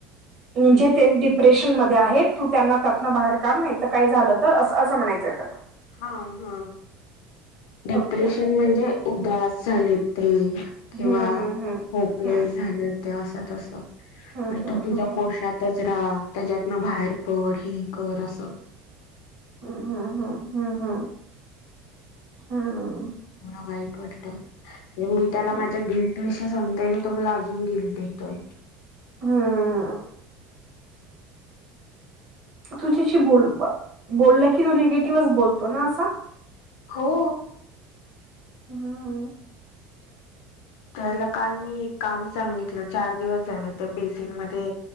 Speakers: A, on the right; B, on the left.
A: म्हणजे ते डिप्रेशन मध्ये आहेत, तू त्यांना त्यातनं बाहेर काढ नाही तर काय झालं तर? असं असं म्हणायचं त्यांना.
B: हा हा. डिप्रेशन
A: ओके
B: म्हणजे उदास झाले ते किंवा
A: हम्म हम्म हम्म
B: होपलेस झाल्या त्या असं तसं आणि
A: हम्म
B: तू तुझ्या
A: हम्म
B: कोशात तिथंच राहा तेच्यातनं बाहेर पड हे कर असं.
A: हम्म हम्म हम्म हम्म हम्म.
B: हो ना वाईट वाटतं. म्हणजे मी त्याला
A: हम्म
B: माझ्या गिल्ट विषयी सांगते आणि तो मला आजून गिल्ट देतोय.
A: हम्म. तुझ्याशी बोल बोला की तो निगेटिव्हचं बोलतो ना असा?
B: हो.
A: हा.
B: त्याला काल मी एक काम सांगितलं चार दिवस झालं त्या बेसीनमध्ये